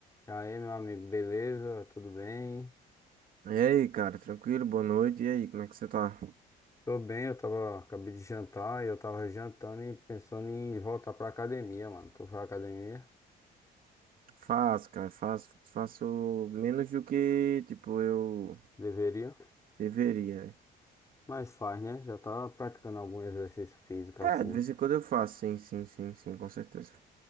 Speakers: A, on the left (about 20°); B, on the right (about 55°).
A: E aí, meu amigo, beleza? Tudo bem?
B: E aí, cara, tranquilo? Boa noite. E aí, como é que você tá?
A: Tô bem, eu tava, acabei de jantar e eu tava jantando e pensando em voltar pra academia, mano. Tu foi à academia?
B: Faço, cara, faço, faço menos do que, tipo, eu
A: Deveria,
B: deveria.
A: mas faz, né? Já tá praticando algum exercício físico assim.
B: É, de vez em quando eu faço, sim, sim, sim, sim, com certeza.